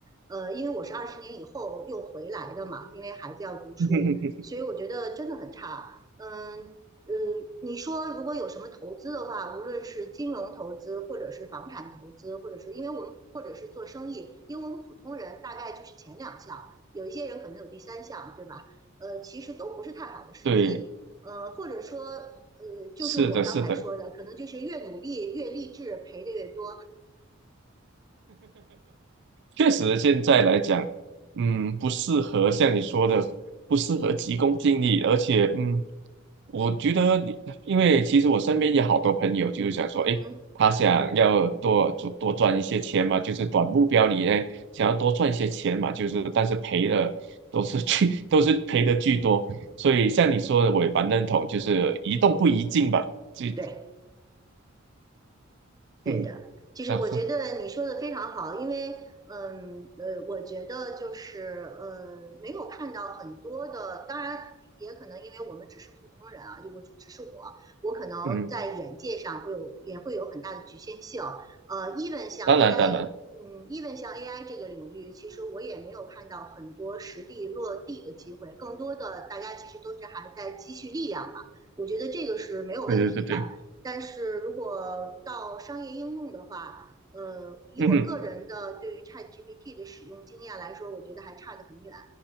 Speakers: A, on the right (about 20°); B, on the right (about 60°).
A: 呃，因为我是二十年以后又回来的嘛，因为孩子要读书，
B: <laughs>
A: 所以我觉得真的很差。嗯，呃，你说如果有什么投资的话，无论是金融投资，或者是房产投资，或者是因为我们或者是做生意，因为我们普通人大概就是前两项，有一些人可能有第三项，对吧？呃，其实都不是太好的时机。
B: 对，
A: 呃，或者说，呃，就是我刚才说的，
B: 是的，是的，
A: 可能就是越努力越励志，赔的越多。
B: 确实现在来讲，嗯，不适合像你说的，不适合急功近利，而且嗯。我觉得你因为其实我身边有好多朋友，就是想说，
A: 嗯哼，
B: 诶，他想要多多多赚一些钱嘛，就是短目标里呢，想要多赚一些钱嘛，就是但是赔的都是巨，<laughs> 都是赔的巨多。所以像你说的，我也蛮认同，就是宜动不宜静吧。这，
A: 对。对的，
B: 嗯，
A: 就是我觉得你说的非常好，
B: 然后
A: 因为嗯呃，我觉得就是呃，没有看到很多的，当然也可能因为我们只是普通人啊，就我只只是我，我可能在眼界上会有也会有很大的局限性。
B: 嗯，
A: 呃，even 像
B: 当然当然，
A: AI，嗯，even 像 AI 这个领域，其实我也没有看到很多实地落地的机会，更多的大家其实都是还在积蓄力量嘛。我觉得这个是没有问题的。
B: 对对对对，
A: 但是如果到商业应用的话，呃，以我个人的对于
B: 嗯哼。
A: ChatGPT 的使用经验来说，我觉得还差得很远。